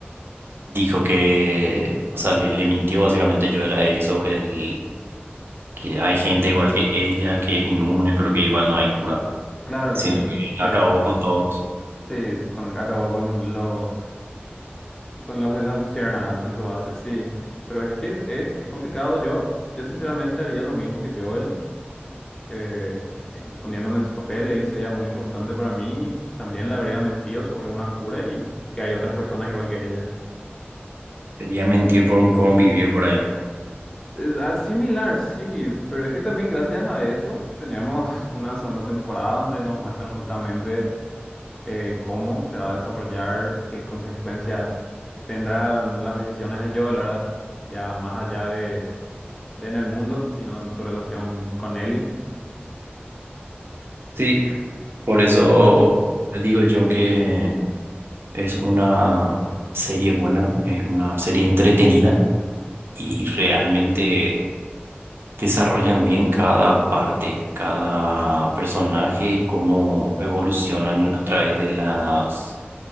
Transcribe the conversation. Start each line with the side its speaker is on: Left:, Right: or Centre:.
Right: dijo que, o sea, le, le mintió básicamente Joel a Eli sobre el que hay gente igual que ella que es inmune, pero que igual no hay cura.
Left: Claro
Right: Siento
Left: que
Right: que
Left: sí,
Right: acabó con todos.
Left: sí, con- acabó con los, con los de las luciérnagas en su base, sí. Pero es que es, es complicado. Yo, yo sinceramente haría lo mismo que Joel eh, eh, poniéndome en su papel, Eli sería muy importante para mí y también le habría mentido sobre una cura y que hay otras personas igual que ella.
Right: Sería mentir por un convivir por ahí.
Left: Es ah, similar, sí, pero es que también gracias a eso tenemos <laughs> una segunda temporada donde nos muestran justamente eh, cómo se va a desarrollar, qué consecuencias tendrán las decisiones de Joel, ¿verdad? Ya más allá de, de en el mundo, sino en su relación con Ellie.
Right: Sí, por eso digo yo que es una serie buena, es una serie entretenida y realmente desarrollan bien cada parte, cada personaje y cómo evolucionan a través de las